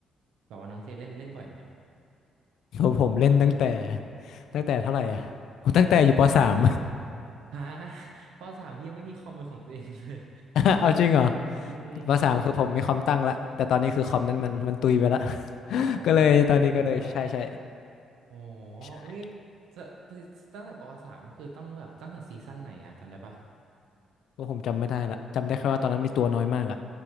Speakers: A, on the right (about 85°); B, on the left (about 75°).
A: แบบว่าน้องเจเล่นเล่นบ่อยไหม
B: ผมผมเล่นตั้งแต่ตั้งแต่เท่าไหร่อ่ะโอ้ตั้งแต่อยู่ปสาม
A: ฮะ <laughs> ปสามพี่ยังไม่มีคอมเป็นของตัวเองเลย
B: <laughs> เอาจริงเหรอ
A: ยิง
B: ปสามคือผมมีคอมตั้งละแต่ตอนนี้คือคอมนั้นมันมันตุยไปละ
A: โอ้โห
B: <laughs>
A: อ๋อโอเคมันมันตุยไปแล้ว
B: ก็เลยตอนนี้ก็เลยใช่ใช่
A: โอ้โหอุ้ย
B: ใช่
A: จะตั้งแต่ปสามนี่คือต้องแบบตั้งแต่ซีซั่นไหนอะจำได้ปะ
B: ก็ผมจำไม่ได้ละจำได้แค่ว่าตอนนั้นมีตัวน้อยมากอ่ะ